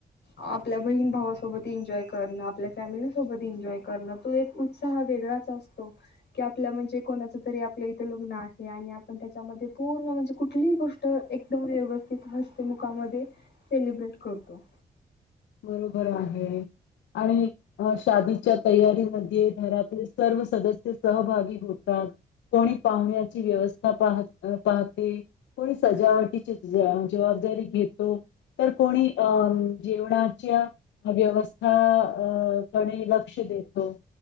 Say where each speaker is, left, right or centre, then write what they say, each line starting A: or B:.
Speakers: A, on the left (about 65°); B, on the left (about 80°).
A: आपल्या बहीण भावासोबत एन्जॉय करणं आपल्या फॅमिलीसोबत एन्जॉय करणं. तो एक उत्साह वेगळाच असतो. की आपला म्हणजे कोणाच तरी आपलं इथे लग्न आहे. आणि आपण त्याच्यामध्ये पूर्ण म्हणजे कुठलीही गोष्ट एकदम व्यवस्थित हास्य मुखाने सेलिब्रेट करतो.
B: बरोबर आहे. आणि शादीच्या तयारीमध्ये घरातले सर्व सदस्य सहभागी होतात. कोणी पाहुण्याची व्यवस्था पाह पाहते. कोणी सजावटीची जबाबदारी घेतो. तर कोणी अ जेवणा च्या व्यवस्था अ कडे लक्ष देतो.